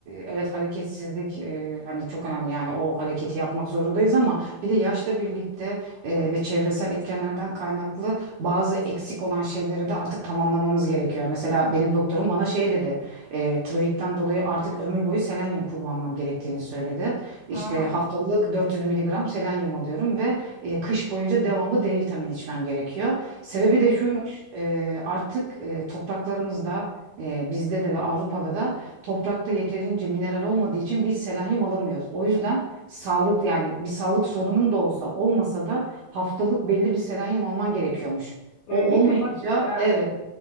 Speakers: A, on the right; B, on the left.
A: evet hareketsizlik e, hani çok önemli yani o hareketi yapmak zorundayız ama bir de yaşla birlikte e, ve çevresel etkenlerden kaynaklı bazı eksik olan şeyleri de artık tamamlamamız gerekiyor. Mesela benim doktorum bana şey dedi e, tiroidten dolayı artık ömür boyu selenyum kullanmam gerektiğini söyledi. İşte
B: Aa,
A: haftalık 400 miligram selenyum alıyorum ve e, kış boyunca devamlı D vitamini içmem gerekiyor. Sebebi
B: hı.
A: de şuymuş e, artık e, topraklarımızda e, bizde de ve Avrupa'da da toprakta yeterince mineral olmadığı için biz selenyum alamıyoruz. O yüzden sağlık yani bir sağlık sorunun da olsa olmasa da haftalık belli bir selenyum alman gerekiyormuş.
B: Öyle
A: O olmayınca
B: mi? Bak ben.
A: evet